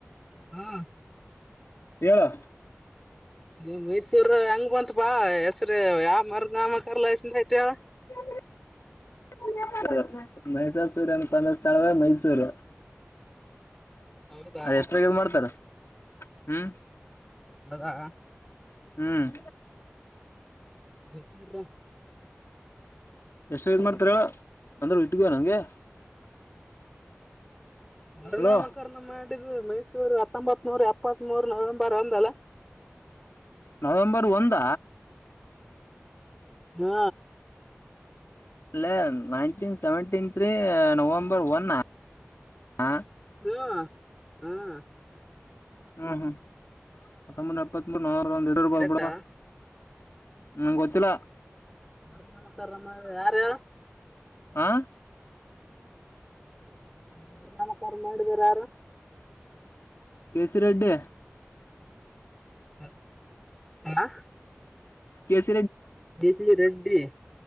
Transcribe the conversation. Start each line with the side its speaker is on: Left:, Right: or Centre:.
Centre: ಹ್ಮ್
Left: ಹೇಳು
Centre: ನೀ್ ಮೈಸೂರ್ ಹೆಂಗ್ ಬಂತ ಬಾ ಹೆಸ್ರ ಯಾವ ಮರ್ಗಾಮ ಕರ್ಲಸಿಂದ ಆಯತ
Left: <inaudible> ಮೈಸಾಸುರನನ್ನು ಕೊಂದ ಸ್ಥಳವೆ ಮೈಸೂರು
Centre: ಹೌದಾ
Left: ಅದ ಎಷ್ಟ್ರಾಗ ಮಾಡ್ತಾರ ಹ್ಮ್
Centre: ಅದಾ
Left: ಹ್ಮ್
Centre: ಬರ್ತಿಲ್ರ
Left: ಎಷ್ಟ ಇದ್ ಮಾಡ್ತಾರ ಅಂದ್ರ ಇಟ್ಗುವ ನಂಗೆ
Centre: ಮರು
Left: ಹಲೋ
Centre: ನಾಮಕರಣ ಮಾಡಿದ್ರು ಮೈಸೂರು ಹತ್ತೊಂಬತ್ ನೂರ್ ಎಪ್ಪತ್ತ್ ಮೂರ್ ನವೆಂಬರ್ ಒಂದಲ್ಲ
Left: ನವೆಂಬರ್ ಒಂದ
Centre: ಹಾ
Left: ಲೆ nineteen seventeen three November one ಹಾ
Centre: ಹ್ಮ ಹ್ಮ್
Left: ಹ್ಮ್ ಹ್ಮ್ ಹತ್ತೊಂಬ ಎಪ್ಪತ್ತ್ ಮೂರ್
Centre: ಕರೆಕ್ಟಾ
Left: ಹ್ಮ್ ನಂಗ್ ಗೊತ್ತಿಲ್ಲ
Centre: ಮರುನಾಮಕರಣ ಮಾಡಿದವರು ಯಾರು
Left: ಆ
Centre: ಮರುನಾಮಕರಣ ಮಾಡಿದವರು ಯಾರು
Left: ಕೇ ಸಿ ರೆಡ್ಡಿ
Centre: ಹ ಹ
Left: ಕೆ ಸಿ
Centre: ಕ್ ಸಿ ರೆಡ್ಡಿ